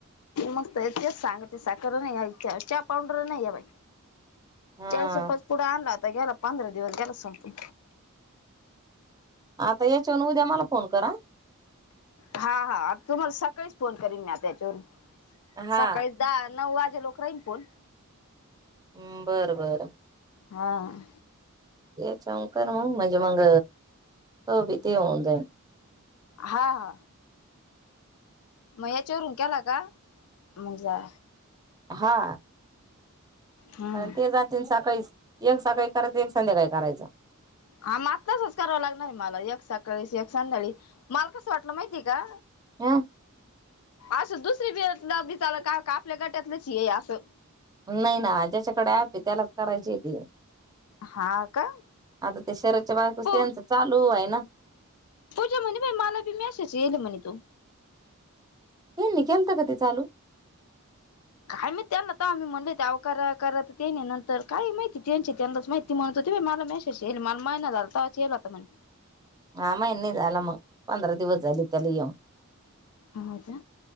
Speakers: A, on the left; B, on the right.
A: मग तेच सांगते साखर नाही आणि चहा पावंडर नाही आहे बाई.
B: हा
A: चाळीत रुपयाचा पुडा आणला होता, गेला पंधरा दिवस गेला संपून.
B: आता याच्यावरन उद्या मला फोन करा.
A: हा हा तुम्हाला सकाळीच फोन करीन मी त्याच्यावरून,
B: हा
A: सकाळीच दहा, नऊ वाजे लोक राहीन फोन.
B: हम्म बरं- बरं.
A: हां.
B: हेच्यावर कर मगं, म्हणजे मग हे भी ते होऊन जाईल.
A: हा-हा. मग याच्यावरून केला का, मग जा
B: हा.
A: हम्म
B: कारण ते जातील सकाळीच, एक सकाळी करायचा एक संध्याकाळी करायचा.
A: हा मग तसच करावं लागणारय मला, एक सकाळी एक संध्याकाळी. मला कसं वाटलं माहितीय का.
B: हा.
A: असं दुसरी बिलं चालल का, का आपल्या गट्यातलंच ये असं.
B: नाही ना ज्याच्याकडे ॲप ये, त्यालाच करायचीे ते.
A: हा का.
B: आग त्या शरद च्या बायकोच
A: प
B: त्यांच चालूय ना.
A: पूजा म्हणे बाई, मला बी मॅसेज येल म्हणे तो.
B: ह्यानी केलत का तेे चालू.
A: काय माहीती त्यांना तर आम्ही म्हणले ते अव करा करा, ते नंतर काय माहिती त्यांचे त्यांनाच माहिती. ती म्हणत होती बाई मला मॅसेज येईल, मला महीना झालं तेव्हाच येईल आता म्हणे.
B: आ महीना झाला मग, पंधरा दिवस झाली त्याला येऊन.
A: हा का